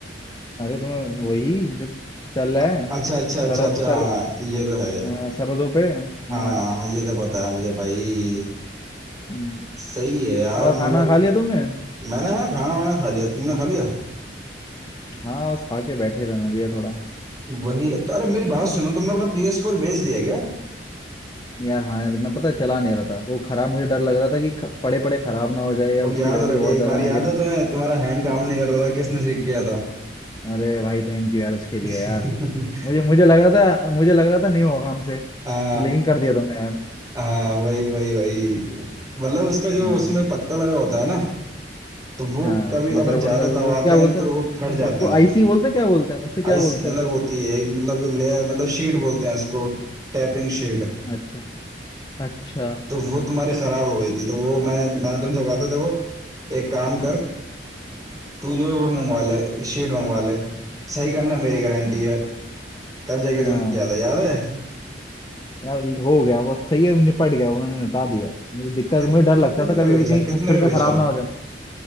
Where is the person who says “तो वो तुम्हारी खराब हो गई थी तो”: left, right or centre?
Right